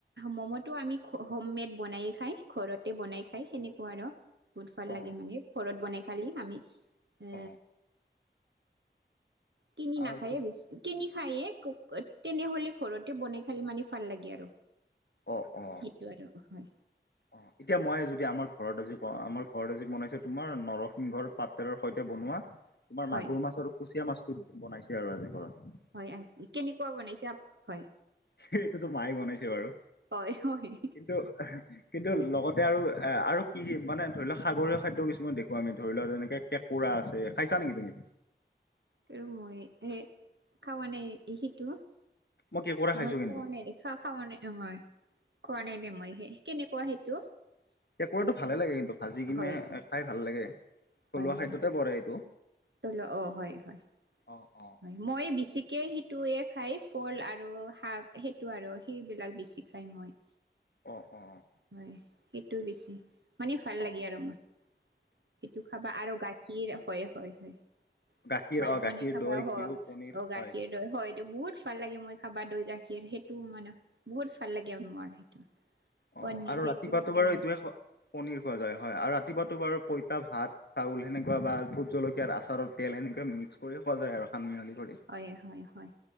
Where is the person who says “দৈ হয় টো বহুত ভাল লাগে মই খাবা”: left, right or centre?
Right